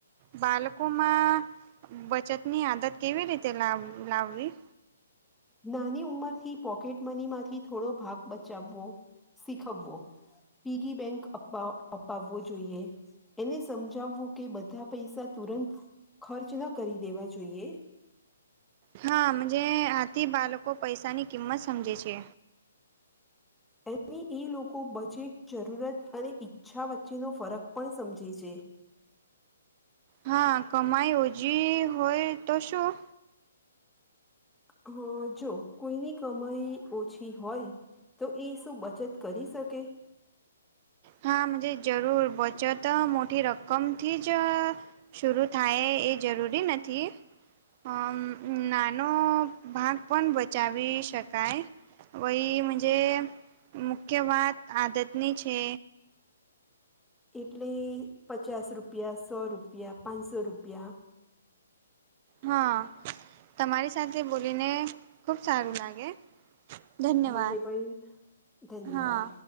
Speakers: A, on the right; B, in the centre.
A: બાળકોમાં બચત ની આદત કેવી રીતે લાવી લાવવી
B: નાની ઉંમર થી પોકેટ મની માંથી થોડો ભાગ બચાવવો શીખવવો પીગિ બેંક અપા અપાવવો જોઈએ એને સમજાવવું કે બધા પૈસા તુરંત ખર્ચ ના કરી દેવા જોઈએ
A: હા મજે આથી બાળકો પૈસાની કિંમત સમજે છે.
B: એની એ લોકો બજેટ જરૂરત અને ઈચ્છા વચ્ચેનો ફરક પણ સમજે છે
A: હા કમાઈ ઓછી હોય તો શું
B: અ જો કોઈની કમાઈ ઓછી હોય તો એ શું બચત કરી શકે
A: હા મુજે જરૂર બચત મોટી રકમથી જ શરુ થાય એ જરૂરી નથી. અ નાનો ભાગ પણ બચાવી શકાય. વહી મુજે મુખ્ય વાત આદતની છે.
B: એટલે પચાસ રૂપિયા સો રૂપિયા પાંચસો રૂપિયા.
A: હા, તમારી સાથે બોલીને ખુબ સારું લાગે. ધન્યવાદ,
B: મને ભાઈ ધન્યવાદ
A: હા.